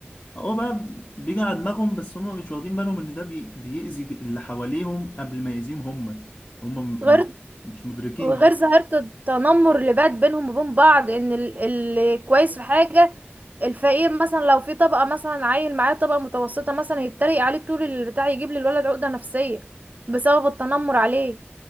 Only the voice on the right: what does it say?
غير
وغير
ظاهرة التنمر اللي بقت بينهم وبين بعض ان ال- اللي كويس في حاجة الفقير مثلا لو في طبقة مثلا عيل معاه طبقة متوسطة مثلا يتريق عليه طول البتاع يجيب للولد عقدة نفسية بسبب التنمر عليه